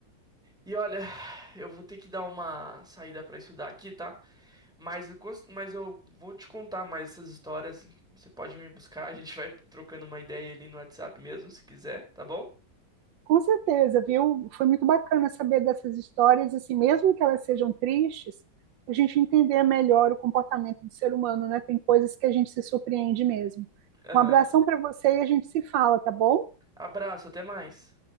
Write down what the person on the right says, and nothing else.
Com certeza, viu? Foi muito bacana saber dessas histórias, assim, mesmo que elas sejam tristes, a gente entender melhor o comportamento do ser humano, né? Tem coisas que a gente se surpreende mesmo.
Um abração para você e a gente se fala, tá bom?